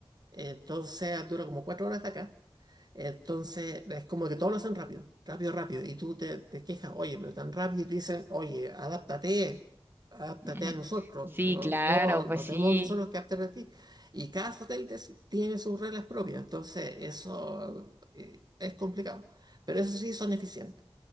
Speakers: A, on the right; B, on the right.
A: Entonces dura como cuatro horas de acá. Entonces es como que todo lo hacen rápido, rápido, rápido. Y tú te, te quejas, oye, pero tan rápido. Y te dicen, oye, adáptate, adáptate
B: <laughs>
A: a nosotros.
B: Sí,
A: No,
B: claro,
A: no,
B: pues
A: no
B: sí.
A: tenemos nosotros que adaptar a ti. Y cada hotel te- tiene sus reglas propias. Entonces eso eh, es complicado. Pero eso sí, son eficientes